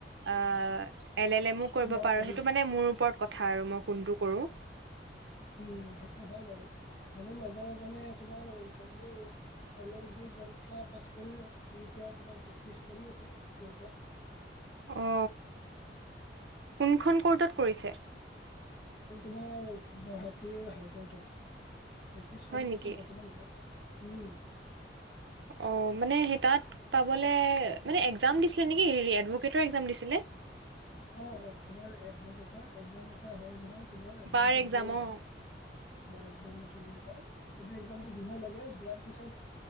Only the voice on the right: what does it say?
আ এল এল এমো কৰিব
পাৰো
সেইটো মানে মোৰ ওপৰত কথা আৰু মই কোনটো কৰো।
অ কোনখন কৰ্টত কৰিছে?
হয়
নেকি?
অ মানে সেই তাত পাবলে মানে একজাম দিছিলে নেকি হেৰি এডভকেটৰ এক্জাম দিছিলে
বাৰ এক্সাম
অ'